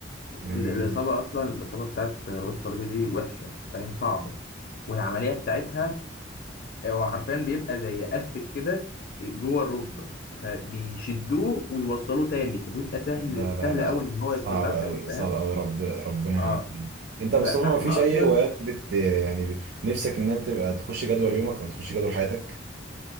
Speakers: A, on the right (about 60°); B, on the left (about 55°).
A: لا
B: ال- الاصابه اصلا الاصابه بتاعت رباط الصليبي دي وحشه انت فاهم صعبه والعمليه بتاعتها هو حرفيا بيبقى زي استك كده جوه الركبه فبيشدوه ويوصلوه تاني فبيبقى سهل
A: لا
B: سهل
A: لا
B: قوي ان هو
A: صعب
B: يتقطع تاني
A: قوي
B: فاهم
A: صعب قوي رب ربنا
B: اه
A: يعافينا انت يا
B: ف-
A: مصطفى
B: فاحنا
A: ما فيش اي
B: اصلا
A: هوايات بت يعني نفسك انها تبقى تخش جدول يومك او تخش جدول حياتك